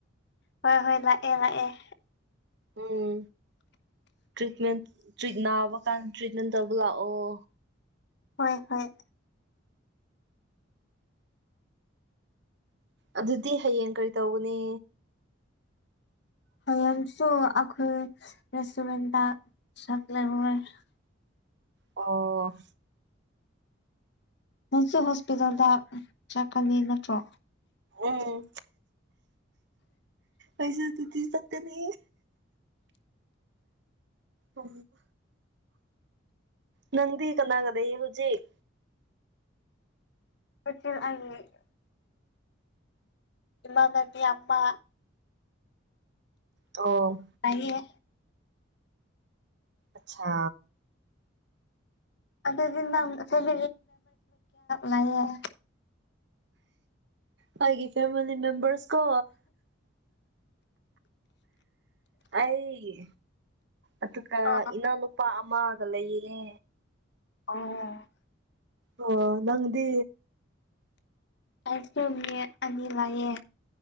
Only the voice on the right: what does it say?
ꯎꯝ ꯇ꯭ꯔꯤꯠꯃꯦꯟ ꯅꯥꯕ ꯀꯥꯟꯗ ꯇ꯭ꯔꯤꯠꯃꯦꯟ ꯇꯧꯕ ꯂꯥꯛꯑꯣ
ꯑꯗꯨꯗꯤ ꯍꯌꯦꯡ ꯀꯔꯤ ꯇꯧꯒꯅꯤ
ꯑꯣ
ꯎꯝ ꯑꯩꯁꯨ ꯇꯗꯤ ꯆꯠꯀꯥꯅꯤ ꯎ ꯅꯪꯗꯤ ꯀꯅꯥꯒ ꯂꯩꯌꯦꯕꯥ ꯍꯧꯖꯤꯛ
ꯑꯣ
ꯑꯆꯥ
ꯍꯥꯏꯒꯤ ꯐꯦꯃꯤꯂꯤ ꯃꯦꯝꯕꯔꯁ ꯀꯣ ꯑꯩꯒꯤ ꯑꯗꯨꯒ
ꯏꯅꯥꯎꯅꯨꯄꯥ ꯑꯃꯒ ꯂꯩꯔꯦ
ꯑꯣ ꯅꯪꯗꯤ